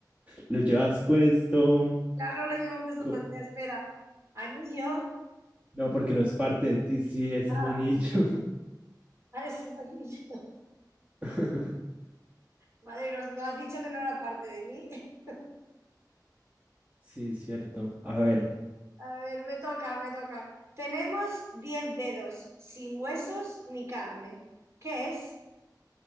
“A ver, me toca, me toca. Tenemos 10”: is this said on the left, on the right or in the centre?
Right